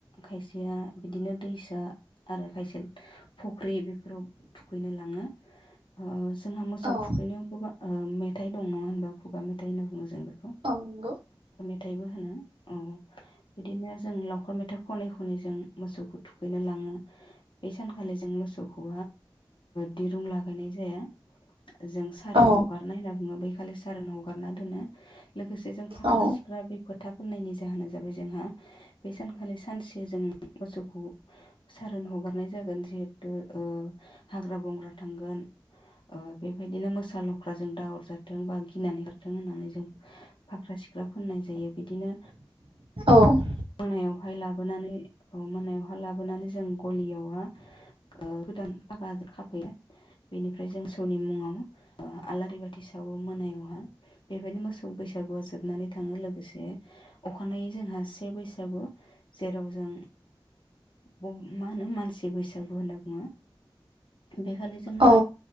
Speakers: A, on the left; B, on the right.
A: खायसेया बिदिनो दैसा आरो खायसे फख्रि बेफोराव थुखैनो लाङो अ जोंहा मोसौ
B: औ
A: थुखैनायाव गोबां ओ मेथाइ दं नङा होनबा खुगा मेथाइ होनना बुङो जों बे
B: औ नंगौ
A: मेथाइबो होनो औ बिदिनो जों लावखार मेथा खनै खनै जों मोसौखौ थुखैनो लाङो बे सानखालि जों मोसौखौ दिरुं लागायनाय जाया जों सारोन
B: औ
A: ह बुङो बैखालि सारोन हगारना दोनो लोगोसे जों फाख्रा
B: औ
A: सिख्रा बे फोथा फोननायनि जाहोना जाबाय जोंहा बे सानखालि सानसे जों मोसौखौ सारोन हगारनाय जागोन जिहेथु ओ हाग्रा बंग्रा थांगोन ओ बेबायदिनो मोसा ल ख्राजों दाहर जाथों बा गिनानै जथों होननानै जों फाख्रा सिख्रा फोननाय जायो बिदिनो
B: औ
A: मोनायावहाय लाबोनानै मोनायावहाय लाबोनानै जों गलियावहा गोदान फागा खाफैया बेनिफ्राय जोंसौनि मुङाव आलारि बाथि सावो मोनायावहा बेबायदि मोसौ बैसागुआ जोबनानै थाङो लोगोसे अखानायै जोंहा बैसागु जेराव जों ओ मा होनो मानसि बैसागु होनना बुङो बेखालि जोंहा
B: औ